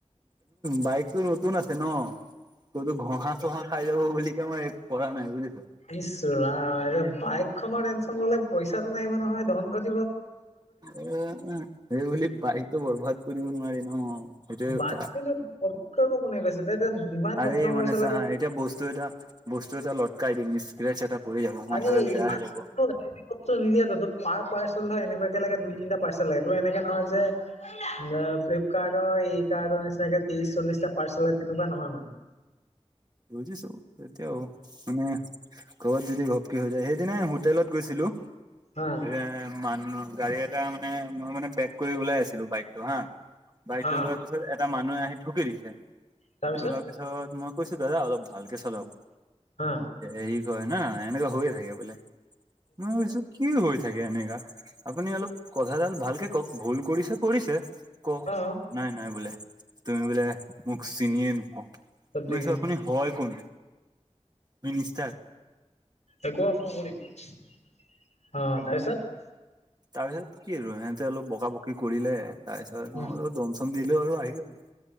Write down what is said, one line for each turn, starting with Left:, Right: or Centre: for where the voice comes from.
Right: বাইকটো নতুন আছে ন'। কতো ঘঁহা চহা খাই যাব বুলিকে মই একো কৰা নাই বুজিছা।
Left: ইচ্ছ ৰাম, এতিয়া বাইকখনৰ টেনচন ল'লে পইচাটো নাহিব নহয়, ধন ঘ
Right: এ এই বুলি বাইকতো বৰবাদ কৰিব নোৱাৰি ন'। সেইটোয়ে
Left: বাকী
Right: কথা
Left: প্ৰ কৰিব <unintelligible> কোনে কৈছে যিমান
Right: আৰে
Left: যত্ন
Right: মানে
Left: কৰি চলাবি
Right: চা হা এতিয়া বস্তু এটা, বস্তু এটা লটকাই দিম স্ক্ৰাচ এটা পৰি যাব, মাঠাডাল
Left: আৰে
Right: বেয়া
Left: ইমান
Right: হৈ যাব।
Left: বস্তু নিদিয়াতো তোৰ পাৰ পাৰ্চেল হয় এনেকুৱা লাগে দুই তিনটা পাৰ্চেল লাগে, তোৰ এনেকে নহয় যে ফ্লিপকাৰ্টৰ, ই কাৰ্টৰ নিচিনাকে ত্ৰিশ চল্লিশটা পাৰ্চেল, তেনেকুৱা নহয় মানে।
Right: বুজিছো, এতিয়া আৰু মানে ক'ৰবাত যদি ঘপকে হৈ যায়, সেইদিনাই হোটেলত গৈছিলো।
Left: অ'।
Right: এ মানুহ, গাড়ী এটা মানে মোৰ মানে বেগ কৰি ওলাই আছিলোঁ বাইকটো হা, বাইক টো
Left: অ
Right: ওলোৱাৰ পিছত এটা মানুহে আহি থুকি দিছে।
Left: তাৰপিছত
Right: থুকাৰ পিছত মই কৈছোঁ, দাদা অলপ ভালকে চলাওক।
Left: অ
Right: হেৰি কয় না, এনেকুৱা হৈয়েই থাকে বোলে, মই ভাবিছোঁ, কি হৈ থাকে এনেকা, আপুনি অলপ কথাডাল ভালকে কওঁক, ভুল কৰিছে কৰিছে। কওঁক,
Left: অ
Right: নাই নাই বোলে, তুমি বোলে মোক চিনিয়েই নোপোৱা।
Left: চব
Right: মই
Left: ঠিকে
Right: কৈছোঁ
Left: আছে
Right: আপুনি হয় কোন? মিনিষ্টাৰ
Left: একো অফ নকৰিবি। অ', তাৰপিছত?
Right: তাৰপিছত কি আৰু? সিহঁতে অলপ বগা বকি কৰিলে, তাৰপিছত মইও
Left: উ
Right: দম চম দিলোঁ আৰু আহিল গলোঁ।